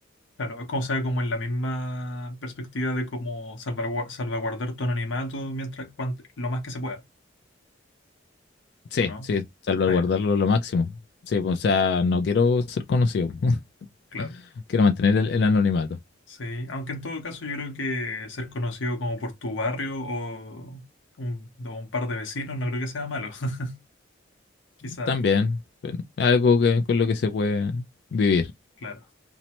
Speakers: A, on the left; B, on the left.
A: Claro, es como sea, como en la misma perspectiva de cómo salvaguar- salvaguardar tu anonimato mientras, cuant- lo más que se pueda,
B: Sí,
A: ¿o no?
B: sí, salvaguardarlo
A: Ah, ya,
B: lo máximo. Sí, pues, o sea, no quiero ser conocido, <laughs>
A: claro.
B: quiero mantener el, el anonimato.
A: Sí, aunque en todo caso yo creo que ser conocido como por tu barrio o un, o un par de vecinos no creo que sea malo, <laughs> quizá,
B: También, bueno, algo que, con lo que se puede vivir.
A: claro.